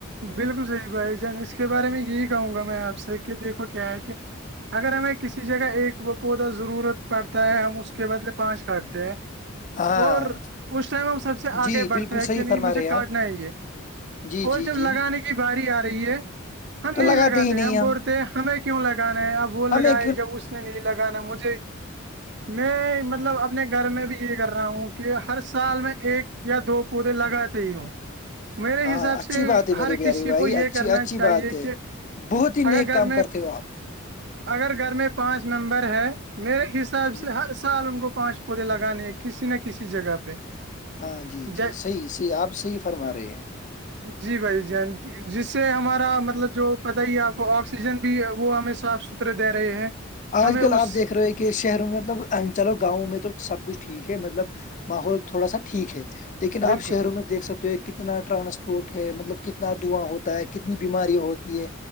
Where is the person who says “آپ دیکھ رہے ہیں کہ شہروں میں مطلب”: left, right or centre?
Left